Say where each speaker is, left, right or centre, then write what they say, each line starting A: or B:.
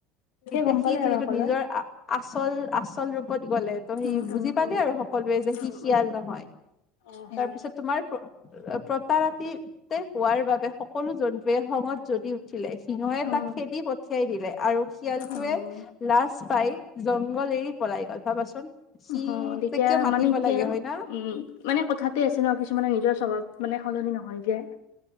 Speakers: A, on the left; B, on the left.
A: তেতিয়া
B: গম
A: সি
B: পালে
A: যিহেতু
B: আৰু সকলোৱে।
A: নিজৰ আচল আচল ৰূপত গলে ত' সি
B: উম,
A: বুজি
B: উম,
A: পালে
B: উম,
A: আৰু স কলোৱে যে সি
B: উম,
A: শিয়াল
B: উম,
A: নহয়
B: উম,
A: তাৰ পিছত তোমাৰ প্ৰতাৰ হোৱাৰ বাবে সকলো জন্তুৱে খঙত জ্বলি উঠিলে। সিংহে
B: অ', অ',
A: তাক খেদি পঠিয়াই দিলে আৰু শিয়ালটোৱে
B: অ'।
A: লাজ পাই জংঘল এৰি পলাই গল ভাবাচোন সি
B: হয় তেতিয়া
A: কিয় মাতিব
B: মানে কি
A: লাগে হয় না?
B: উম মানে কথাতে আছে ন কিছুমানে নিজৰ স্বভাৱ মানে সলনি নহয় যে।